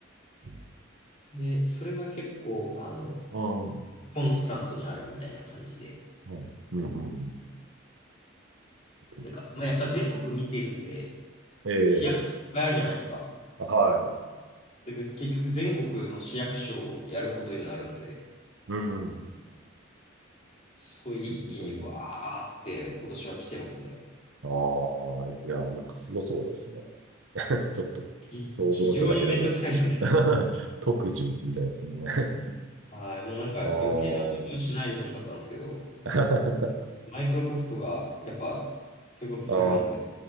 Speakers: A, on the right; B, on the left.
A: う。
B: で、それが結構、あの、
A: うん。
B: コンスタントにあるみたいな感じで、
A: うん。うん。うん。うん
B: なんか、まあ、やっぱ全国見てるんで、
A: ええ、
B: 市役所いっぱいあるじゃないですか。
A: はい。
B: で、結局全国の市役所をやることになるので、
A: うん。
B: すごい一気にバーって今年は来てますね。
A: なるほどな。ああ、いや、なんかすごそうですね。ちょっと想像しただけでも
B: ひ非常にめんどくさいですね。
A: <laughs> 特需みたいですね。<laughs>
B: はい、もうなんか余計なことをしないでほしかったんですけど、
A: ああ、<laughs>
B: マイクロソフトがやっぱそういうことするので、
A: ああ、